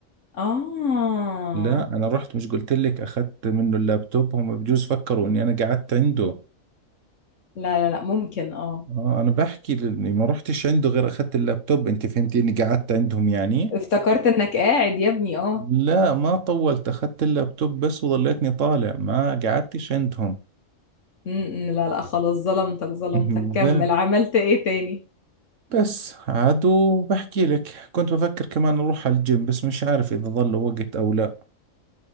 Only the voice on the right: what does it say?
لا انا رحت مش قلت لك اخذت منه اللابتوب هم بجوز فكروا اني انا قعدت عنده
اه انا بحكي لاني ما رحتش عنده غير اخذت اللابتوب انت فهمتي اني قعدت عندهم يعني
لا ما طولت اخذت اللابتوب بس وظليتني طالع ما قعدتش عندهم
<laughs>
ده
بس عاد وبحكي لك كنت بفكر كمان اروح على الجيم بس مش عارف اذا ظل وقت او لا